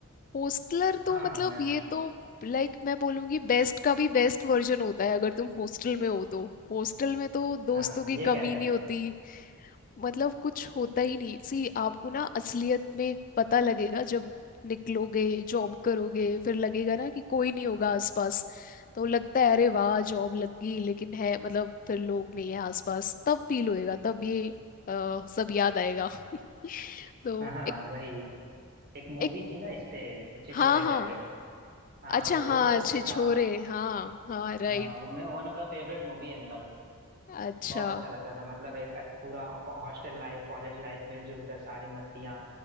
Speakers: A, on the left (about 40°); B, on the right (about 45°).
A: हॉस्टलर तो
B: हाँ
A: मतलब
B: मैं
A: ये
B: हॉस्ट
A: तो लाइक मैं बोलूंगी बेस्ट का भी बेस्ट वर्जन होता है अगर तुम हॉस्टल में हो तो हॉस्टल में तो दोस्तों
B: हाँ
A: की
B: ये कह
A: कमी
B: सकते
A: नहीं होती
B: हैं
A: मतलब कुछ होता ही नहीं सी आपको ना असलियत में पता लगेगा जब निकलोगे जॉब करोगे फिर लगेगा ना कि कोई नहीं होगा आसपास तो लगता है अरे वाह जॉब लग गई लेकिन है मतलब फिर लोग नहीं है आसपास तब फील होएगा तब ये अ, सब याद आएगा <laughs> तो
B: हाँ हाँ
A: एक
B: वही एक मूवी
A: एक
B: थी ना इस पे छिछोरे
A: हाँ हाँ
B: करके हाँ
A: अच्छा
B: वो
A: हाँ अच्छे
B: पूरा
A: छोरे हाँ हाँ राइट
B: हाँ वो मैं one of the favourite movie है मेरा वो।
A: अच्छा
B: बहुत अच्छा लगता था मतलब एक अच्छ- पूरा हॉस्टल लाइफ कॉलेज लाइफ मिलजुल कर सारी मस्तियाँ